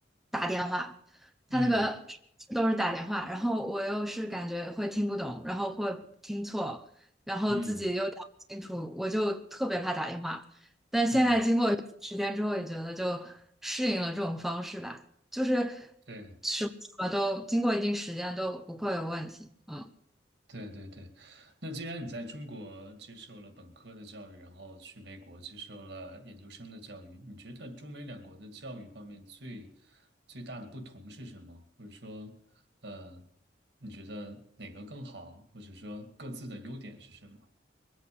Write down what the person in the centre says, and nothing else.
打电话，
他那个都是打电话，然后我又是感觉会听不懂，然后会听错，然后自己又打不清楚，
我就特别怕打电话。但现在经过时间之后，
也觉得就适应了这种方式吧，就是
什么什么都经过一定时间都不会有问题。嗯。